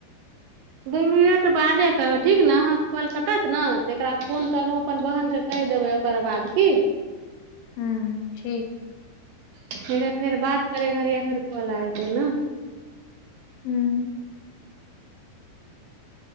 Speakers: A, on the right; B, on the left.
A: ह। दू मिनट बादे करबै ठीक ने अहाँके कॉल कटत ना तकरा फोन क क हम अपन बहनके कैह देबै ओकर बात की।
B: हूँ ठीक।
A: नय त फेर बात करै घरि फेर कॉल आयत ना।
B: हूँ।